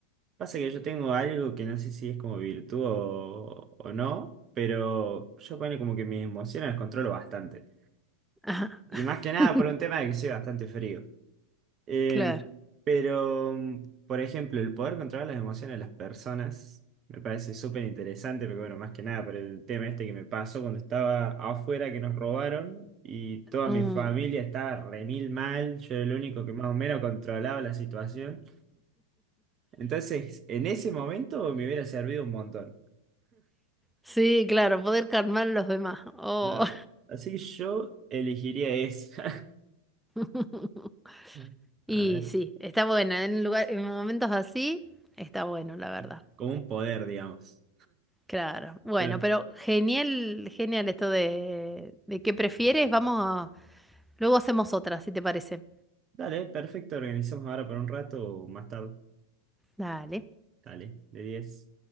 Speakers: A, on the right; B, in the centre.
A: pasa que yo tengo algo que no sé si es como virtud o, o no, pero yo pone como que mis emociones las controlo bastante.
B: Ajá.
A: Y más que nada
B: <laughs>
A: por un tema de que soy bastante frío. Eh,
B: Claro.
A: pero, mm, por ejemplo, el poder controlar las emociones de las personas me parece súper interesante, porque bueno, más que nada por el tema este que me pasó cuando estaba afuera que nos robaron y toda
B: Mm.
A: mi familia estaba re mil mal, yo era el único que más o menos controlaba la situación. Entonces, en ese momento me hubiera servido un montón.
B: Sí, claro, poder calmar a los demás. Oh.
A: Claro. Así que yo elegiría esa.
B: <laughs>
A: <laughs>
B: Y
A: A ver,
B: sí, está buena. En lugar, en momentos así, está bueno, la verdad.
A: eh, como un poder, digamos.
B: Claro. Bueno,
A: Pero,
B: pero genial, genial esto de, de qué prefieres. Vamos a- Luego hacemos otra, si te parece.
A: dale, perfecto, organizamos ahora por un rato o más tarde.
B: Dale.
A: Dale, de 10.